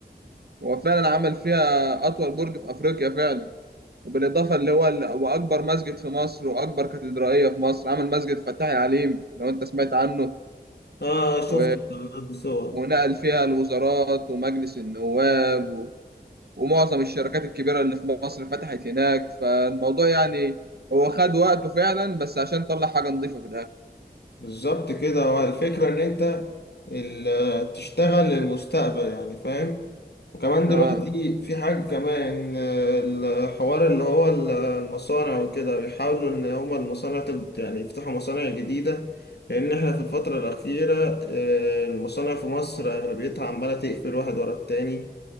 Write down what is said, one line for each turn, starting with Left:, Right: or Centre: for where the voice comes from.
Right: هو فعلا عمل فيها أطول برج في أفريقيا فعلا وبالإضافة اللي هو ال- وأكبر مسجد في مصر وأكبر كاتدرائية في مصر عمل مسجد فتح العليم لو أنت سمعت عنه
Left: آه شفت
Right: و...
Left: الصور
Right: ونقل فيها الوزارات ومجلس النواب و... ومعظم الشركات الكبيرة اللي في مصر فتحت هناك فالموضوع يعني هو خد وقته فعلا بس عشان طلع حاجة نظيفة في الآخر
Left: بالظبط كده هو الفكرة إن أنت ال- تشتغل للمستقبل يعني فاهم وكمان دلوقتي
Right: آه.
Left: في حاجة كمان آه، الحوار اللي هو ال- المصانع وكده بيحاولوا إن هما المصانع تب- يعني يفتحوا مصانع جديدة لأن إحنا في الفترة الأخيرة آه، المصانع في مصر أغلبيتها عمالة تقفل واحد ورا التاني